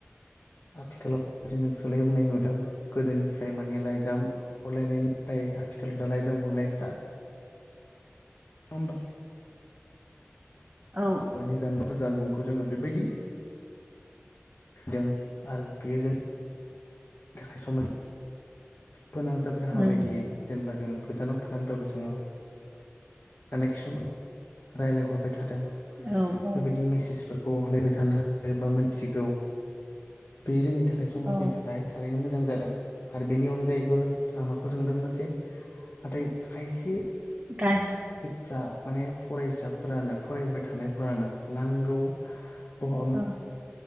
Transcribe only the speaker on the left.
आथिखालाव बे जों सोलाय बुनाय नुदों गोदोनिफ्राय फ्राय माने लाइजाम हरलायनायनिफ्राय आथिखाल दा लाइजाम हरनायफ्रा होमबा
<inaudible> खौ जोङो बेबायदि दों आरो बेयो जों थाखाय समाज फोनांजाब राहा
बायदियै जेनेबा जोङो गोजानाव थानानैब्लाबो जोङो कानेकसन राय्लायहरबाय थादों
बेबायदि मेसेजफोरखौ हलायबाय थानो हायो बा मिथिगौ बे जोंनि थाखाय समाजनि
थाखाय ओरैनो मोजां जादों आरो बेनि अनगायैबो आं माखौ सोंदोंमोन जे नाथाय खायसे
फ्रा माने फरायसाफोरानो फरायबाय थानायफोरानो नांगौ बहम